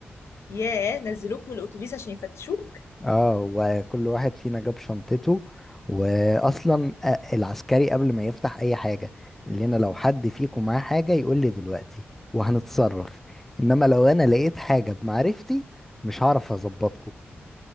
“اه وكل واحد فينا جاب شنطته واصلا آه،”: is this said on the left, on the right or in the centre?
Centre